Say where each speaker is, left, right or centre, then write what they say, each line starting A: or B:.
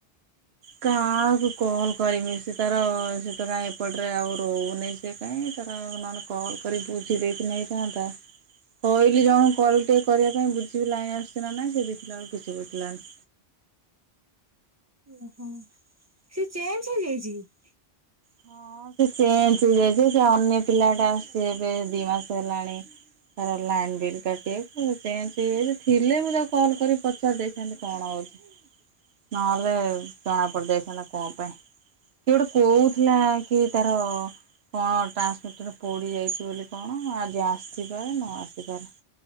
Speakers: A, on the right; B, on the right.
A: କାହାକୁ କଲ୍ କରିମି ସେ ତାର ସ ତ କାଁ ଏପଟରେ ଆଉ ରହୁନି। ସେ କାଉଁ ତାର ନାହଲେ କଲ୍ କରି ତାକୁ ଚିଡ଼େଇ ଥିଲେ ହେଇଥାନ୍ତା। କହିଲି ଜଣକୁ କଲ୍ ଟିକେ କରିବା ପାଇଁ ବୁଝିବି ଲାଇଁ ଆସୁଛି ନା ନାଇଁ ସେ ଦେଇଥିଲା ବଳକୁ କିଛି ବୁଝିଲାନି।
B: ଓହୋ ସେ ଚେଞଜ ହେଇଯାଇଛି କି।
A: ହଁ ସେ ଚେଞ୍ଜ ହେଇଯାଇଛି ସେ ଅନ୍ୟ ପିଲା ଟା ଆସିଛି ଏବେ ଦି ମାସ ହେଲାଣି। ତାର ଲାଇନ୍ ବିଲ୍ କାଟିିବା ଚେଞ୍ଜ ହେଇଯାଇଛି ଥିଲେ ମୁଁ ତାକୁ କଲ୍ କରି ପଚାରି ଦେଇଥାନ୍ତି କଣ ହଉଛି। ନହଲେ ଜଣା ପଡିଯାଇଥାନ୍ତା କଣ ପାଇଁ। କିଏ ଗୋଟେ କହୁଥିଲା କି ତାର କଣ ଟ୍ରାନ୍ସମିଟର୍ ପୋଡ଼ିଯାଇଛି ବୋଲି କଣ ଆଜି ଆସିପାରେ ନ ଆସିପାରେ।